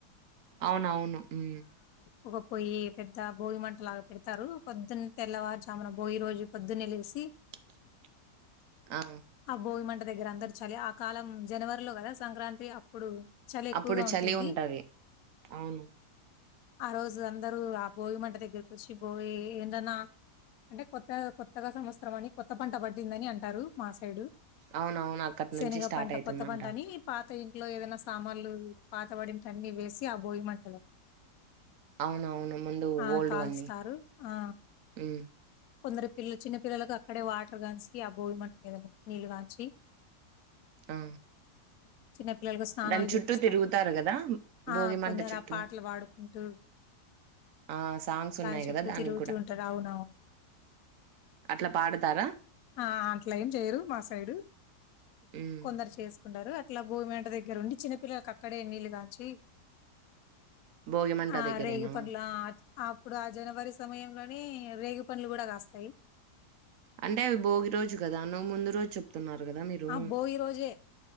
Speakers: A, on the right (about 60°); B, on the left (about 65°).
A: అవునవును మ్మ్
B: ఒక పొయ్యి పెద్ద భోగి మంటలాగా పెడతారు పొద్దున్న తెల్లవారుజామున భోగి రోజు పొద్దున్నే లేసి
A: <inaudible> ఆ!
B: ఆ భోగి మంటలు దగ్గర అందరు చలి ఆ కాలం జనవరిలో కదా సంక్రాంతి అప్పుడు చలి ఎక్కువగా
A: అప్పుడు చలి
B: ఉంటుంది
A: ఉంటది. అవును.
B: ఆ రోజు అందరు ఆ భోగి మంట దగ్గరికి వచ్చి భోయి ఎందన్నా అంటే కొత్త కొత్తగా సంవత్సరం అని కొత్త పంట పడిందని అంటారు మా సైడు
A: అవునవును. అక్కడి
B: శెనగ
A: నుంచి స్టార్ట్
B: పంట
A: అయితుందంట.
B: కొత్త పంట అని పాత పాత ఇంట్లో ఏదన్న సామాన్లు పాతపడింటే అన్ని వేసి ఆ భోగి మంటలో
A: అవునవును. ముందు
B: ఆ
A: ఓల్డ్‌వన్నీ.
B: కాల్సుతారు ఆ
A: హ్మ్.
B: కొందరు పిల్లలు చిన్న పిల్లలకు అక్కడే వాటర్ గాంచి ఆ భోగి మంట మీద నీళ్ళు కాంచి
A: ఆ
B: చిన్న పిల్లలు ఇంతగా స్నానాలు
A: దాని చుట్టూ
B: చేపిస్తారు
A: తిరుగుతారు గదా!
B: ఆ
A: భోగిమంట
B: కొందరు
A: చుట్టూ.
B: ఆ పాటలు పడుకుంటూ
A: ఆ! సాంగ్స్
B: దాని
A: ఉన్నాయి
B: చెట్టూ
A: గదా! దానికి
B: తిరుగుతూ
A: గూడా.
B: ఉంటారు అవునవు
A: అట్లా పాడతారా?
B: ఆ అట్ల ఏం చేయరు మా సైడు
A: హ్మ్.
B: కొందరు చేసుకుంటారు ఆ అట్లా భోగి మంట దగ్గర ఉండి చిన్నపిల్లలకు అక్కడే నీళ్ళు కాంచి
A: భోగిమంట
B: ఆ
A: దగ్గరేనా?
B: రేగి పండ్లు ఆ అప్పుడు ఆ జనవరి సమయంలోనే రేగి పండ్లు కూడా కాస్తాయి
A: అంటే అవి భోగి రోజు కదా నువ్వు ముందు రోజు చెప్తున్నారు కదా మీరు
B: ఆ భోగి రోజే